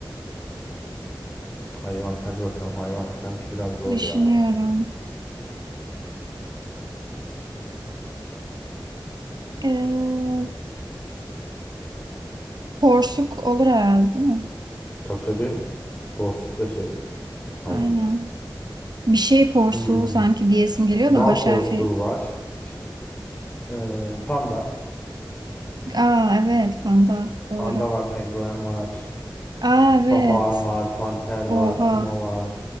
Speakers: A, on the left (about 20°); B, on the right (about 60°).
A: Hayvan. Hadi bakalım hayvan sanki biraz zor
B: düşünüyorum.
A: ya.
B: E, porsuk olur herhalde değil mi?
A: Tabii tabii. Porsuk da şey. Hayvan.
B: Aynen. Bir şey porsuğu
A: Hmm,
B: sanki diyesim geliyor
A: bal
B: da baş
A: porsuğu
B: harfi.
A: var. Ş- ee, panda.
B: Aa evet panda. Doğru.
A: Panda var, penguen var.
B: Aa evet.
A: Papağan var, panter var,
B: Oha.
A: puma var.